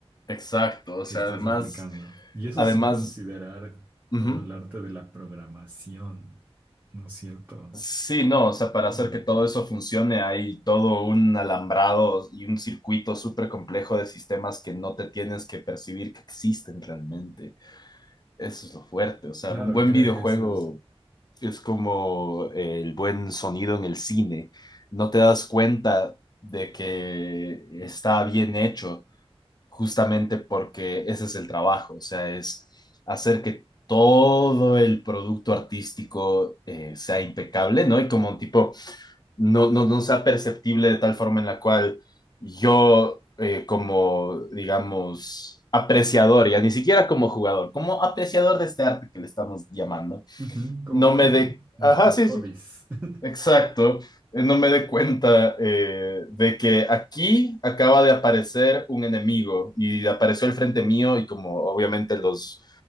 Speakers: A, on the left; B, on the right.
A: Exacto, o
B: que
A: sea,
B: estás
A: además,
B: aplicando. Y eso
A: además,
B: sin considerar
A: ujú.
B: todo el arte de la programación, ¿no es cierto?
A: Sí, no, o sea, para hacer
B: Una
A: que
B: locura.
A: todo eso funcione hay todo un alambrado y un circuito súper complejo de sistemas que no te tienes que percibir que existen realmente. Eso es lo fuerte, o sea,
B: Claro,
A: un buen
B: creo
A: videojuego
B: que eso es
A: es como el buen sonido en el cine. No te das cuenta de que está bien hecho justamente porque ese es el trabajo, o sea, es hacer que todo el producto artístico eh, sea impecable, ¿no? Y como tipo, no, no, no sea perceptible de tal forma en la cual yo, eh, como, digamos, apreciador, ya ni siquiera como jugador, como apreciador de este arte que le estamos llamando,
B: ujú, como
A: no
B: uno,
A: me dé...
B: nuestros
A: Ajá, sí,
B: hobbies.
A: sí, Exacto,
B: <laughs>
A: eh, no me dé cuenta eh, de que aquí acaba de aparecer un enemigo y apareció al frente mío y como obviamente los,